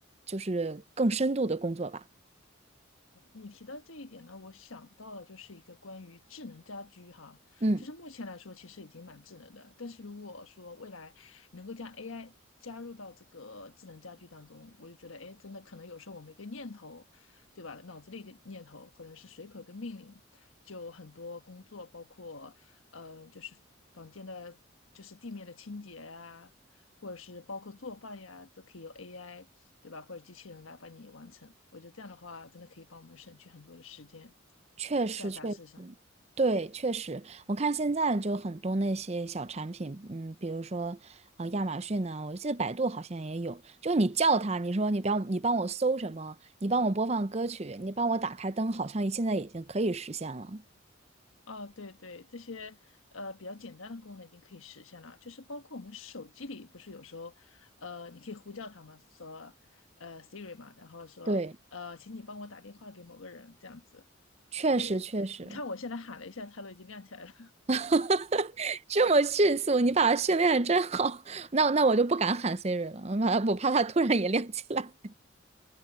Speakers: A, on the right (about 30°); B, on the left (about 75°).
A: 就是更深度的工作吧。
B: 你提到这一点呢，我想到了就是一个关于智能家居哈，
A: 嗯，
B: 就是目前来说其实已经蛮智能的，但是如果说未来能够将 AI 加入到这个智能家居当中，我就觉得哎，诶真的可能有时候我们一个念头，对吧？脑子里一个念头，或者是随口一个命令，就很多工作，包括呃，就是房间的，就是地面的清洁呀、或者是包括做饭呀，都可以由 AI 对吧？或者机器人来帮你完成。我觉得这样的话，真的可以帮我们省去很多的时间
A: 确实确实。
B: 在杂志上。
A: 对，确实，我看现在就很多那些小产品，嗯，比如说，呃，亚马逊呢，我记得百度好像也有，就你叫它，你说你不要，你帮我搜什么，你帮我播放歌曲，你帮我打开灯，好像现在已经可以实现了。
B: 哦，对对，这些呃比较简单的功能已经可以实现了，就是包括我们手机里不是有时候，呃，你可以呼叫他们说，呃，Siri 嘛，然后说，
A: 对，
B: 呃，请你帮我打电话给某个人这样子。
A: 确实确实，
B: 对，你看我现在喊了一下，它都已经亮起来了。
A: <laughs> 这么迅速，你把它训练的真好，<laughs> 那那我就不敢喊 Siri 了，我怕我怕它突然也亮起来。